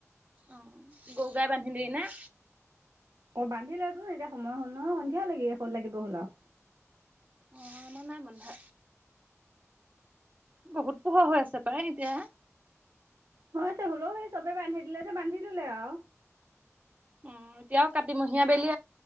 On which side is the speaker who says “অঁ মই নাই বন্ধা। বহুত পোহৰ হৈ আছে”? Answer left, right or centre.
Right